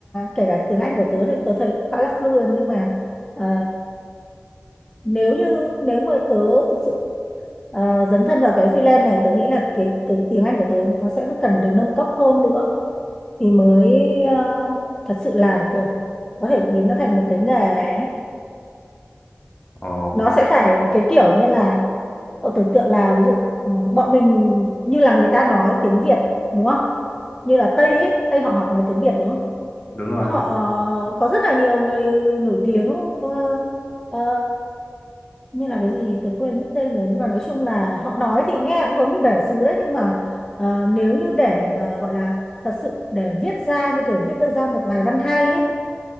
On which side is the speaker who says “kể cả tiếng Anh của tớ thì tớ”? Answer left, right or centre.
Left